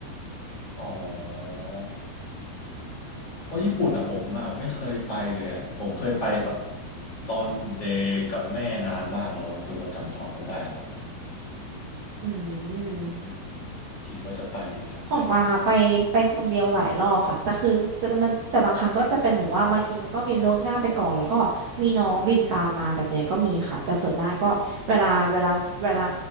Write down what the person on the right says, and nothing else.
อืม
ของกวางอะไปไปคนเดียวหลายรอบค่ะแต่คือแต่มันแต่บางครั้งก็จะเป็นเหมือนว่าบางทีมันก็บินล่วงหน้าไปก่อนแล้วก็มีน้องบินตามมาแบบเนี้ยก็มีค่ะแต่ส่วนมากก็เวลาเวลาเวลา